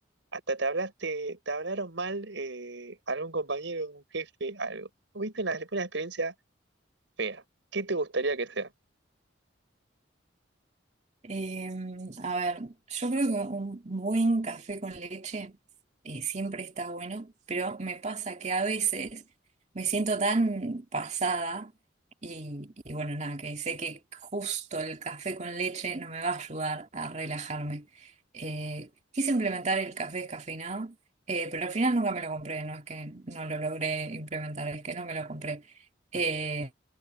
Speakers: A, on the right; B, on the right.
A: Hasta te hablaste, te hablaron mal eh, algún compañero, un jefe, algo. Tuviste una, una experiencia fea. ¿Qué te gustaría que sea?
B: Eh, a ver, yo creo que un buen café con leche eh, siempre está bueno, pero me pasa que a veces me siento tan pasada y, y bueno, nada, que sé que justo el café con leche no me va a ayudar a relajarme. Eh, quise implementar el café descafeinado, eh, pero al final nunca me lo compré, no es que no lo logré implementar, es que no me lo compré. Eh,